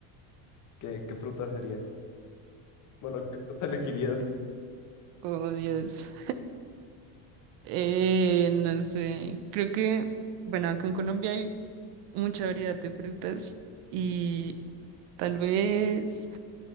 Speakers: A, on the left; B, on the right.
A: ¿qué, qué fruta serías? Bueno, ¿qué fruta elegirías?
B: Oh, Dios. Eh, no sé, creo que, bueno, acá en Colombia hay mucha variedad de frutas y tal vez...